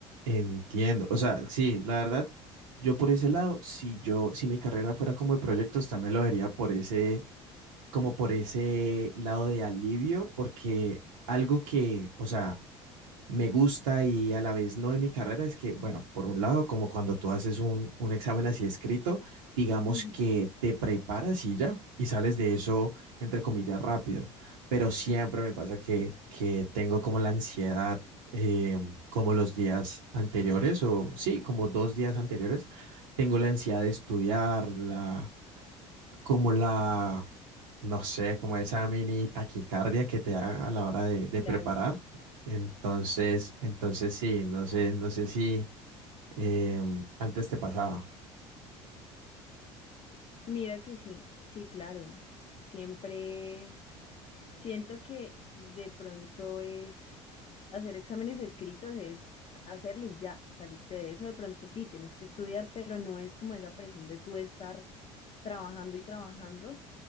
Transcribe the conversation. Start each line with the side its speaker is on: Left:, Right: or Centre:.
Right: entiendo. O sea, sí, la verdad, yo por ese lado, si yo, si mi carrera fuera como de proyectos, también lo vería por ese, como por ese lado de alivio, porque algo que, o sea, me gusta y a la vez no en mi carrera es que, bueno, por un lado, como cuando tú haces un, un examen así escrito, digamos
Left: Ujú.
Right: que te preparas y ya, y sales de eso, entre comillas, rápido, pero siempre me pasa que, que tengo como la ansiedad, eh, como los días anteriores, o sí, como dos días anteriores, tengo la ansiedad de estudiar, la, como la no sé, como esa mini taquicardia que te da a la hora de, de
Left: Claro.
Right: preparar. Entonces, entonces sí, no sé, no sé si em, antes te pasaba.
Left: Mira que sí, sí, claro. Siempre siento que de pronto es hacer exámenes escritos, es hacerlo y ya, saliste de eso. De pronto sí, tienes que estudiar, pero no es como esa presión de tú estar trabajando y trabajando.